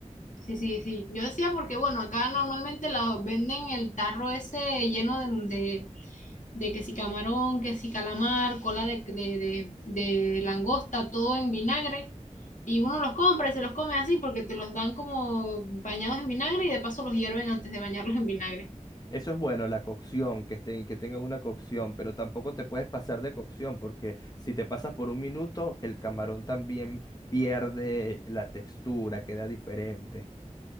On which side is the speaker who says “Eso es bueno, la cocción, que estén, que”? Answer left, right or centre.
Left